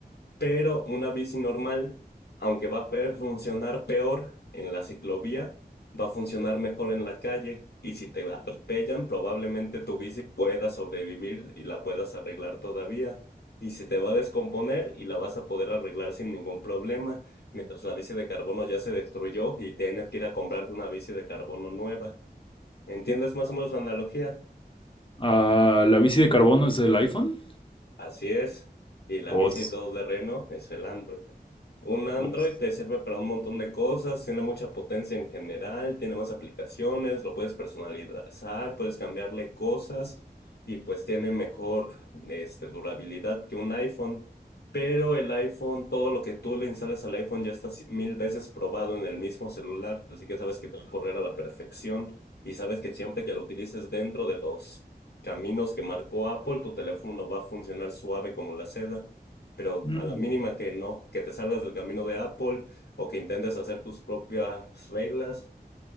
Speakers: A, on the left; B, on the left.
A: Pero una bici normal, aunque va a pe- funcionar peor en la ciclovía, va a funcionar mejor en la calle y si te atropellan, probablemente tu bici pueda sobrevivir y la puedas arreglar todavía. Y se te va a descomponer y la vas a poder arreglar sin ningún problema, mientras la bici de carbono ya se destruyó y tienes que ir a comprarte una bici de carbono nueva. ¿Entiendes más o menos la analogía?
B: Ah, ¿la bici de carbono es el iPhone?
A: Así es, y la bici
B: Os.
A: todoterreno es el Android. Un Android
B: Os.
A: te sirve para un montón de cosas, tiene mucha potencia en general, tiene más aplicaciones, lo puedes personalizar, puedes cambiarle cosas y pues tiene mejor este, durabilidad que un iPhone. Pero el iPhone, todo lo que tú le instales al iPhone ya está ci- mil veces probado en el mismo celular, así que sabes que te va a correr a la perfección y sabes que siempre que lo utilices dentro de los caminos que marcó Apple, tu teléfono va a funcionar suave como la seda. Pero
B: Mm.
A: a la mínima que no, que te salgas del camino de Apple o que intentes hacer tus propias reglas